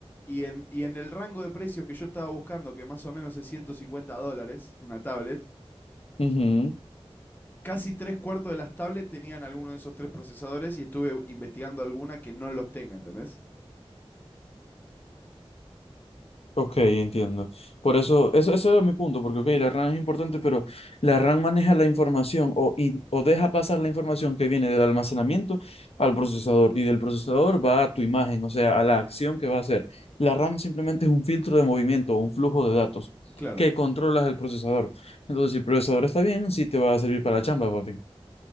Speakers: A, on the left; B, on the left.
A: Y en, y en el rango de precios que yo estaba buscando, que más o menos es 150 dólares, una tablet,
B: Ujú.
A: casi tres cuartos de las tablets tenían alguno de esos tres procesadores y estuve investigando alguna que no los tenga, ¿entendés?
B: Ok, entiendo. Por eso, eso, eso era mi punto, porque ok, la RAM es importante, pero la RAM maneja la información o, y- o deja pasar la información que viene del almacenamiento al procesador y del procesador va a tu imagen, o sea, a la acción que va a hacer. La RAM simplemente es un filtro de movimiento o un flujo de datos
A: Claro.
B: que controlas el procesador. Entonces, si el procesador está bien, sí te va a servir para la chamba, papi.